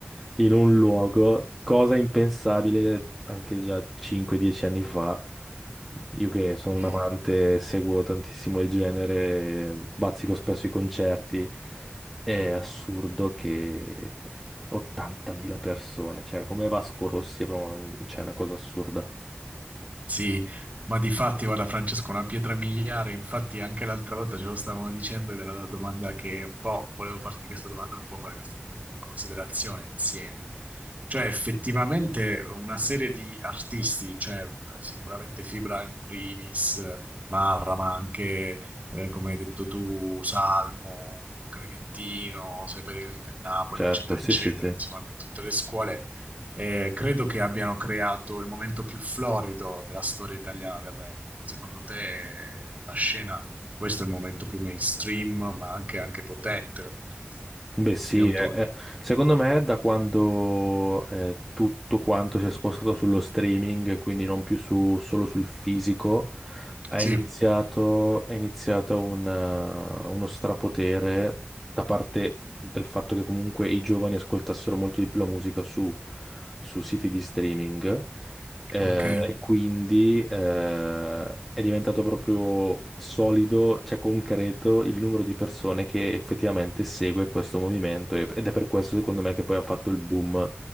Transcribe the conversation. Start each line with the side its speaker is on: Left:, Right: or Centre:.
Centre: in un luogo, cosa impensabile anche già 5-10 anni fa. Io che sono
Right: Sì.
Centre: un amante, seguo tantissimo il genere, bazzico spesso i concerti. È assurdo che 80.000 persone, cioè come Vasco Rossi, è proprio- cioè, è una cosa assurda.
Right: Sì, ma di fatti, guarda Francesco, una pietra miliare, infatti anche l'altra volta ce lo stavamo dicendo ed era la domanda che un po' volevo farti questa domanda e un po' fare questa conti- considerazione insieme. Cioè, effettivamente una serie di artisti, cioè eh, sicuramente Fibra in primis, eh, Marra, ma anche, eh, come hai detto tu, Salmo, Clementino, sei per, per Napoli,
Centre: Certo,
Right: eccetera,
Centre: sì,
Right: eccetera,
Centre: sì, sì.
Right: insomma, per tutte le scuole eh, credo che abbiano creato il momento più florido della storia italiana del rap, no? Secondo te, eh, della scena, questo è il momento più mainstream, ma anche, anche potente dal punto di vista de-
Centre: Beh sì,
Right: degli autori?
Centre: è- è- secondo me è da quando eh, tutto quanto si è spostato sullo streaming, quindi non più su- solo sul fisico, ha
Right: Sì,
Centre: iniziato, è iniziato un, eh, uno strapotere da parte del fatto che comunque i giovani ascoltassero molto di più la musica su, su siti di streaming eh,
Right: ok,
Centre: e quindi eh, è diventato proprio solido, cioè concreto, il numero di persone che effettivamente segue questo movimento e- ed è per questo secondo me che poi ha fatto il boom